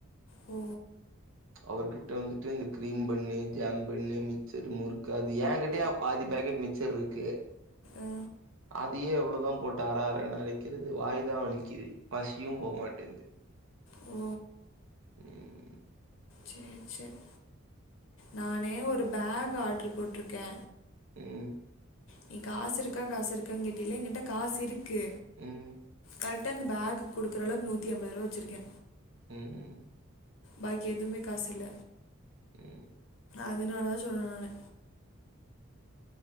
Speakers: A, on the left (about 70°); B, on the right (about 70°).
A: ஓ
B: அவருகிட்ட வந்துட்டு இந்த கிரீம் பண்ணு ஜாம் பண்ணு மிச்சர் முறுக்கு அது ஏங்கிட்டயே அ பாதி பாக்கெட் மிச்சர் இருக்கு
A: ஆ
B: அதையே எவ்ளோதா போட்டு அர அரன் அரைக்கிறது வாய்தா வலிக்குது பசியு போக மாட்டுன் து
A: ஓ
B: ம்
A: சேர் சேர் நானு ஒரு பேக் ஆட்ரு போட்ருக்கே
B: ம்
A: நீ காசு இருக்கா காசு இருக்கா கேட்டில எங்கிட்ட காசு இருக்கு
B: ம்
A: கரெக்டா இந்த பேகுக் குடுக்குற அளவுக்கு நூத்தி அம்பதுருபா வெச்சுருக்கே
B: ம்
A: பாக்கி எதுமே காசு இல்ல
B: ம்
A: அதனால தா சொல்ல நானு